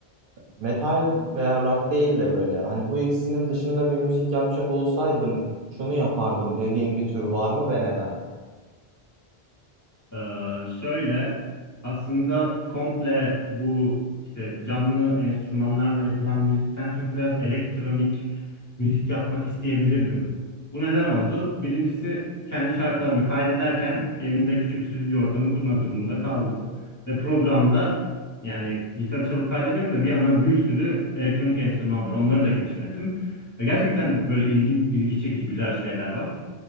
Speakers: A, on the right; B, on the left.
A: metal veya rock değil de böyle hani bu ikisinin dışında bir müzik yapacak olsaydım şunu yapardım dediğin bir tür var mı ve neden?
B: Ee, şöyle aslında komple bu işte canlı enstrümanlarla yapılan müzikten çok biraz elektronik müzik yapmak isteyebilirdim. Bu neden oldu? Birincisi kendi şarkılarımı kaydederken evimde küçük bir stüdyo ortamı kurmak durumunda kaldım. Ve programda yani gitar çalıp kaydediyorum da bir yandan bir sürü elektronik enstrüman var. Onları da keşfettim. Ve gerçekten böyle ilgin, ilgi çekici güzel şeyler var.